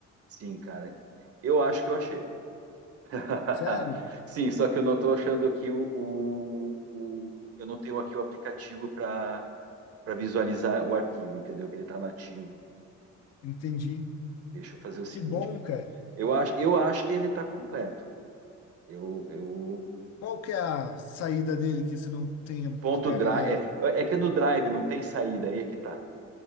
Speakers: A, on the right; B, on the left.
A: sim, cara. Eu acho que eu achei. <laughs>
B: Sério?
A: Sim, só que eu não estou achando aqui o, o- o- Eu não tenho aqui o aplicativo para para visualizar o arquivo, entendeu? Que ele está nativo.
B: Entendi.
A: Deixa eu fazer o seguinte,
B: Que bom,
A: cara.
B: cara.
A: Eu acho, eu acho que ele está completo. Eu, eu,
B: Qual que é a saída dele que se não tem
A: Ponto
B: lugar?
A: drive.
B: É...
A: É, é que no drive não tem saída, aí é que tá.